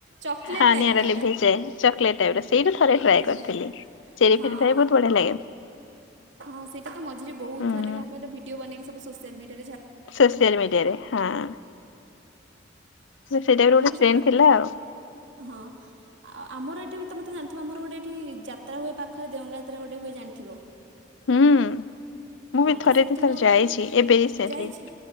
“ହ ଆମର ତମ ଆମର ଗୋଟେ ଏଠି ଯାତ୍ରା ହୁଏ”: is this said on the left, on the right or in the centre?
Right